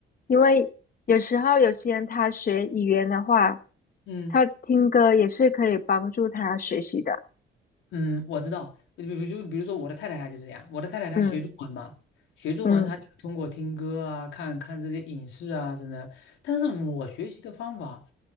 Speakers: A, on the left; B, on the left.
A: 因为有时候有些人他学语言的话，
B: 嗯。
A: 他听歌也是可以帮助他学习的。
B: 嗯，我知道，比如就比如说我的太太她就是这样，我的太太她学中文嘛，
A: 嗯
B: 学中文她就是通过听歌啊、
A: 嗯，
B: 看看这些影视啊，真的。但是我学习的方法，